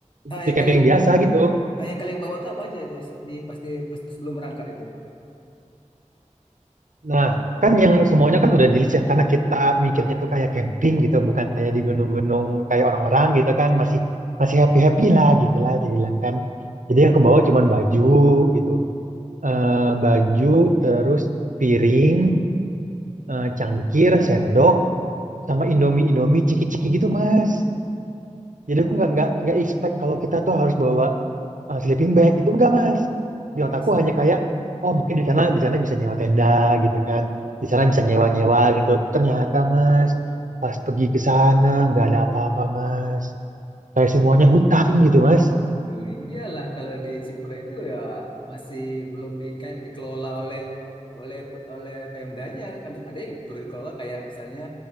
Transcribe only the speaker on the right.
seperti
camping
biasa gitu.
Nah, kan yang semuanya kan udah di list ya, karena kita mikirnya tuh kayak camping gitu, bukan kayak di gunung-gunung kayak orang-orang gitu kan, masih masih happy-happy lah gitu lah dibilang kan. Jadi yang ke bawah cuman baju gitu. Eh, baju, terus piring, eh, cangkir, sendok, sama Indomie-Indomie ciki-ciki gitu, Mas. Jadi aku nggak nggak nggak expect kalau kita tuh harus bawa eh, sleeping bag itu enggak mas. Di
otakku hanya kayak oh mungkin di sana di sana bisa nyewa tenda gitu kan, di sana bisa nyewa nyewa gitu. Ternyata mas pas pergi ke sana nggak ada apa-apa mas. Kayak semuanya hutan gitu mas.